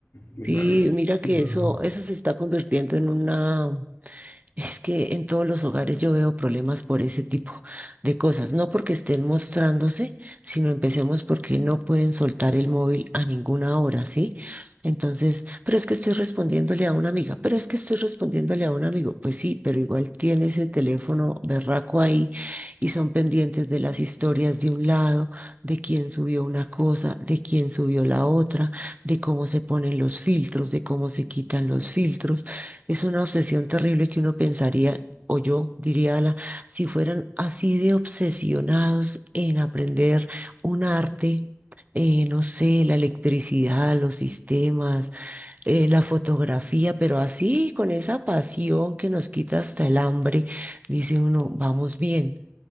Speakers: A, on the left; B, on the right.
A: me
B: Sí,
A: parece.
B: mira
A: Sí,
B: que
A: claro.
B: eso, eso se está convirtiendo en una Es que en todos los hogares yo veo problemas por ese tipo de cosas, no porque estén mostrándose, sino empecemos porque no pueden soltar el móvil a ninguna hora, ¿sí? Entonces, pero es que estoy respondiéndole a una amiga, pero es que estoy respondiéndole a un amigo, pues sí, pero igual tiene ese teléfono berraco ahí y son pendientes de las historias de un lado, de quién subió una cosa, de quién subió la otra, de cómo se ponen los filtros, de cómo se quitan los filtros. Es una obsesión terrible que uno pensaría, o yo diría, Ala, si fueran así de obsesionados en aprender un arte, eh, no sé, la electricidad, los sistemas, eh, la fotografía, pero así con esa pasión que nos quita hasta el hambre, dice uno, vamos bien,